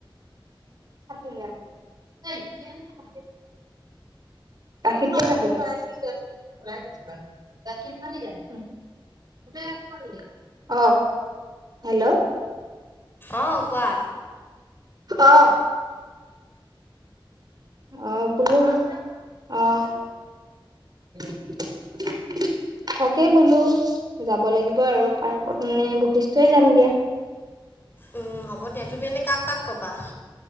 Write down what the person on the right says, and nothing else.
<unintelligible> <unintelligible> অ' হেল্ল'।
অ অ' বোলো অহ। <inaudible> তাকে বোলো যাব লাগিব আৰু পাৰ্কত মানে বৈশিষ্টই যাম দিয়া